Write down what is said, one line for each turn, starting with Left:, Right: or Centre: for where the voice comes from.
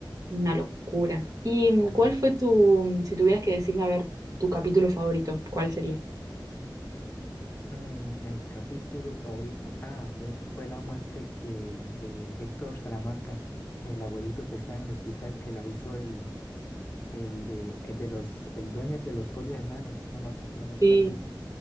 Right: Una locura. ¿Y mm,
Left: Como,
Right: cuál fue tu, mm, si tuvieras que decirme, a ver, tu capítulo favorito, cuál sería?
Left: mm, el capítulo favorito, ah, fue, fue la muerte que de Héctor Salamanca, el abuelito que está en el hospital que la hizo el, el de, el de los, el dueño de los pollos hermanos, no me, acu- no me acuerdo.
Right: Sí,